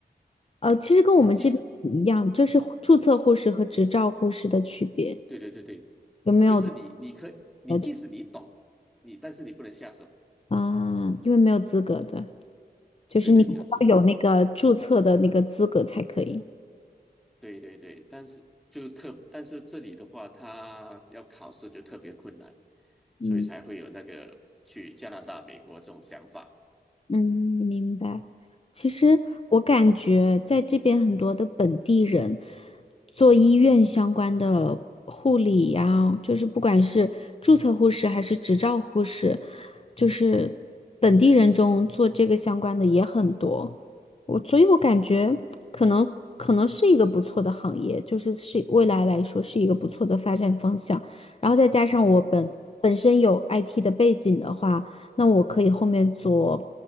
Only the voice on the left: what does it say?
呃，其实跟我们这边一样，
就是护注册护士和执照护士的区别，
有没有
呃？
啊、因为没有资格的，就是你要有那个注册的那个资格才可以。
嗯。
嗯，明白。其实我感觉在这边很多的本地人做医院相关的护理呀，就是不管是注册护士还是执照护士，就是本地人中做这个相关的也很多。我，所以我感觉可能可能是一个不错的行业，就是是未来来说是一个不错的发展方向。然后再加上我本本身有
IT 的背景的话。那我可以后面做